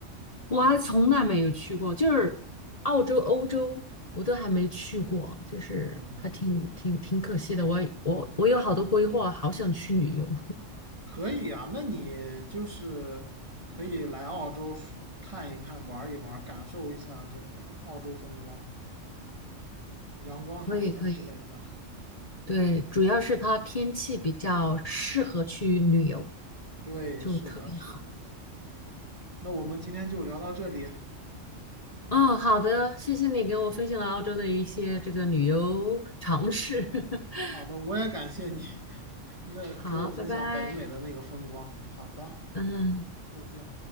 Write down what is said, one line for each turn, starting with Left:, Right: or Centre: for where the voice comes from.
Left: 我还从来没有去过，就是澳洲、欧洲我都还没去过，就是还挺挺挺可惜的。
Right: 哦，
Left: 我我我有好多规划，好想去旅游。
Right: 可以啊，那你就是可以来澳洲看一看、玩一玩，感受一下这个澳洲风光、阳光海滩之类的。
Left: 可以可以，对，主要是它天气比较适合去旅游，
Right: 对，
Left: 就特别好。
Right: 是的，是的。那我们今天就聊到这里。
Left: 嗯，好的，谢谢你给我分享了澳洲的一些这个旅游常识。<laughs>
Right: 好的，我也感谢你 <laughs>，这给我分享北美的那个风光。
Left: 好，拜拜。
Right: 好的，
Left: 嗯。
Right: 再见。